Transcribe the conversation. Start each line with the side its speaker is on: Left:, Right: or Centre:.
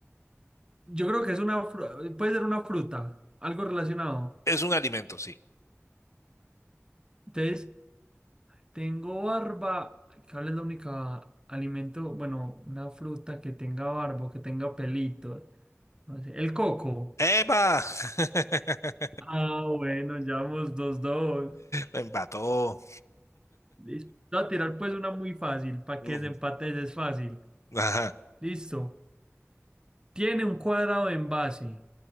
Right: yo creo que es una fruta. Puede ser una fruta. Algo relacionado.
Left: Es un alimento, sí.
Right: Entonces, tengo barba. ¿Cuál es la única alimento? Bueno, una fruta que tenga barba, o que tenga pelito. No sé, El coco.
Left: ¡Epa! <laughs>
Right: Ah, bueno, ya vamos dos, dos.
Left: Me empató.
Right: Listo. Voy a tirar pues una muy fácil. Para
Left: Ujú.
Right: que desempates es fácil.
Left: Ajá.
Right: Listo. Tiene un cuadrado en base,